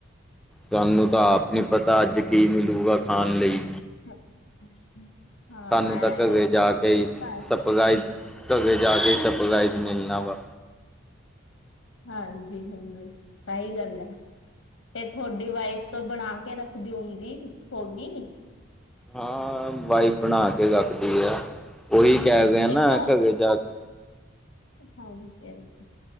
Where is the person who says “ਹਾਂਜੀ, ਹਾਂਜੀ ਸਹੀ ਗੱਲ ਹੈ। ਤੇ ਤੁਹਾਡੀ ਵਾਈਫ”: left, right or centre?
Left